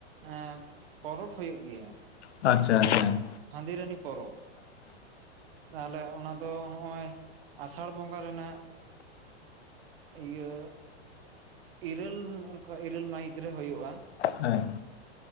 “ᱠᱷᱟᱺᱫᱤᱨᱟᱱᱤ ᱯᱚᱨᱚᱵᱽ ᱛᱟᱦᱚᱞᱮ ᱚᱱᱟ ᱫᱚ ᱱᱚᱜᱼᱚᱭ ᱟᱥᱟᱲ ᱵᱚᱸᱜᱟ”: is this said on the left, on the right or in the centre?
Right